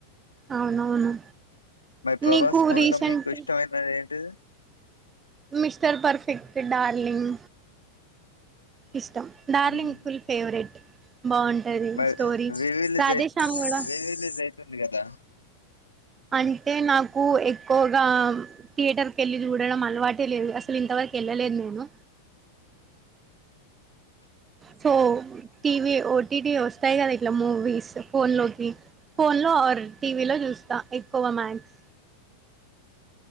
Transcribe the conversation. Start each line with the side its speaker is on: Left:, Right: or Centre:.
Right: అవునవును
Left: మరి ప్రభాస్
Right: నీకు
Left: మూవీలో
Right: రీసెంట్
Left: మీకు ఇష్టమైనది ఏంటిది
Right: మిస్టర్ పర్ఫెక్ట్, డార్లింగ్ ఇష్టం డార్లింగ్
Left: హ్మ్
Right: ఫుల్ ఫేవరెట్ బాగుంటది
Left: మరి
Right: స్టోరీ
Left: రీరిలీస్
Right: రాధేశ్యామ్ కూడా
Left: రీరిలీజ్ అయి తుంది కదా
Right: అంటే నాకు ఎక్కువగా థియేటర్ కి వెళ్ళి చూడడం అలవాటే లేదు అసలు ఇంతవరకు వెళ్ళలేదు నేను సో టీవీ ఓటీటీ వస్తాయి కదా ఇట్లా మూవీస్ ఫోన్ లోకి ఫోన్ లో ఆర్ టీవీ లో చూస్తా ఎక్కువ మ్యాక్స్